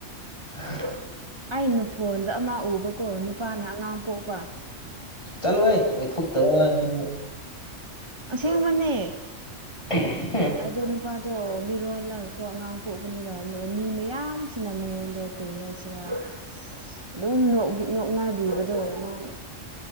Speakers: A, on the left; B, on the right.
A: <inaudible>
B: <unintelligible> ꯑꯩꯅ ꯐꯣꯟꯗ ꯑꯃ ꯎꯕꯀꯣ ꯅꯨꯄꯥꯅ ꯑꯉꯥꯡ ꯄꯣꯛꯄ
A: ꯆꯥꯂꯣꯍꯦ ꯑꯣꯏꯊꯣꯛꯇꯕ ꯋꯥꯅꯦꯗꯨꯗꯤ
B: ꯑꯁꯦꯡꯕꯅꯦ
A: <unintelligible>
B: ꯑꯗꯣ ꯅꯨꯄꯥꯗꯣ ꯃꯤꯔꯣꯜꯂꯒꯀꯣ ꯑꯉꯥꯡ ꯄꯣꯛꯕꯅꯦꯕ ꯃꯥ ꯃꯤ ꯃꯌꯥꯝꯁꯤꯅ ꯃꯉꯣꯟꯗ ꯀꯔꯤ ꯍꯥꯏꯁꯤꯔ <unintelligible> ꯑꯗꯨꯝ ꯅꯣꯛꯕꯤ ꯅꯣꯛꯅꯕꯤꯕꯗꯣ ꯃꯥꯥꯏ